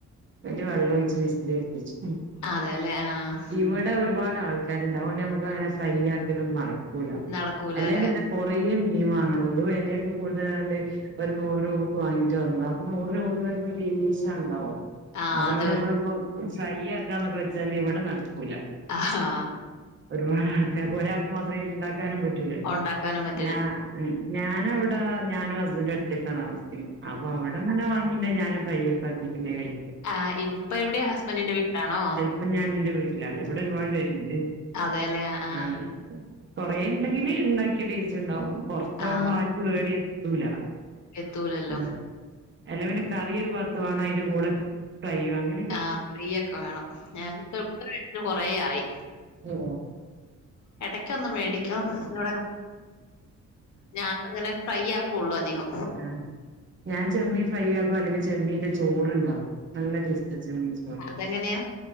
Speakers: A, on the right; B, on the left.
A: ന്നിട്ട് വെള്ളം ഒഴിച്ച് വിസിൽ അട്പിച്ചും,
B: അതേ ലേ ആഹ്,
A: ഇവിടെ ഒരുപാട് ആൾക്കാരുണ്ട്, അതുകൊണ്ട് നമുക്ക് അങ്ങനെ ഫ്രൈയാക്കലൊന്നും നടക്കൂല,
B: നടക്കൂലാല്ലേ
A: അല്ലേ പിന്നെ കൊറേ മീൻ വാങ്ങണം അത് വിലയൊക്കെ കൂടുതലായോണ്ട്, ഒരു നൂറ് രൂപയ്ക്ക് വാങ്ങിട്ട് വന്നത അപ്പൊ നൂറ് രൂപയ്ക്ക് വരെ ഒരീവ്സേണ്ടാവൂ,
B: ആഹ്
A: അതുകൊണ്ട്
B: അതൊരു
A: നമ്മളിപ്പോ ഫ്രൈ ആക്കാന്നൊക്കെ വെച്ചാല് ഇവിടെ നടക്കൂല,
B: ആഹ്, ഹാ
A: ഒരുപാട് ആൾക്കാർക്ക് ഒരാൾക്ക് മാത്രം ഇത് ണ്ടാക്കാനും പറ്റൂലല്ലോ,
B: ഉണ്ടാക്കാനും പറ്റില്ല.
A: ഞാ ഞാനവിട ഞാനും ഹസ്ബൻഡും ഒറ്റക്കാണാ അപ്പൊ അവിടെ അങ്ങനെ വാങ്ങീണ്ടെ ഞാനും ഫ്രൈ ഒക്കെ ആക്കിട്ടെ കഴ്
B: ആഹ് ഇപ്പൊ എവിട ഹസ്ബൻറിന്റെ വീട്ടിലാണോ?
A: പ്പൊ ഞാൻ ന്റെ വീട്ടിലാള്ളത്, ഇവിടെ ഒരുപാട് പേരുണ്ട്,
B: അതേല്ലേ. ആ,
A: ആഹ് കൊറേ ണ്ടെങ്കിൽ ഉണ്ടാക്കിയ ടേസ്റ്റ് ഉണ്ടാവും, കൊറച്ചാകുമ്പോ
B: ആ. ആ
A: ആർക്കും ഏടെയ് എത്തൂല,
B: എത്തൂലല്ലോ.
A: ആഹ്, അല്ലെ പിന്ന കറിയൊരു ബാത്തു വേണം അതിന്റെ കൂടെ ഫ്രൈയ്യും അ
B: ആഹ് ഫ്രൈയൊക്കെ വേണം ഞങ്ങ ഇപ്പൊ <inaudible> കൊറെ ആയി,
A: ഏഹ്,
B: ഇടക്കൊന്ന് മേടിക്കും ഇടെ ഞാന അങ്ങനെ ഫ്രൈ ആക്കുള്ളൂ അധികം
A: ആഹ് ഞാൻ ചെമ്മീൻ ഫ്രൈ ആക്കും അല്ലെങ്കിൽ ചെമ്മീന്റെ ചോറ്ണ്ടാക്കും നല്ല ടേസ്റ്റ് ആ ചെമീൻ ചോറ്
B: അതെങ്ങനെയാ?